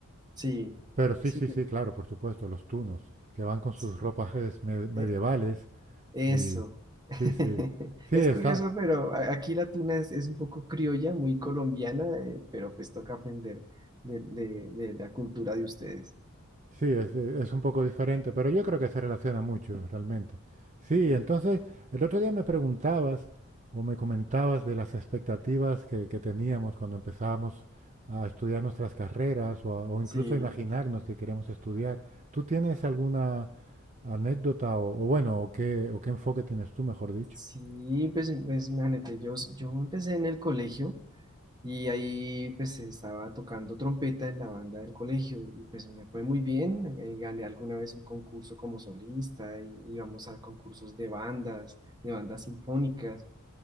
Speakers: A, on the right (about 20°); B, on the right (about 35°).
A: sí,
B: Pero sí,
A: sí,
B: sí,
A: que-
B: sí, claro, por supuesto, los tunos, que van con sus
A: sí.
B: ropajes me- medievales
A: eh, Eso.
B: y
A: <laughs>
B: sí, sí. Sí,
A: Es
B: está,
A: curioso, pero a- aquí la tuna es, es un poco criolla, muy colombiana, eh, pero pues toca aprender de, de- de la cultura de ustedes.
B: Sí, es, es un poco diferente, pero yo creo que se relaciona mucho realmente. Sí, entonces el otro día me preguntabas o me comentabas de las expectativas que, que teníamos cuando empezábamos a estudiar nuestras carreras o, a- o
A: Sí,
B: incluso a imaginarnos que queremos estudiar. ¿Tú tienes alguna anécdota o, o bueno, o qué, o qué enfoque tienes tú, mejor dicho?
A: sí, pues, pues imagínate, yo, yo empecé en el colegio y ahí pues estaba tocando trompeta en la banda del colegio y pues me fue muy bien, eh, gané alguna vez un concurso como solista y íbamos a concursos de bandas, de bandas sinfónicas.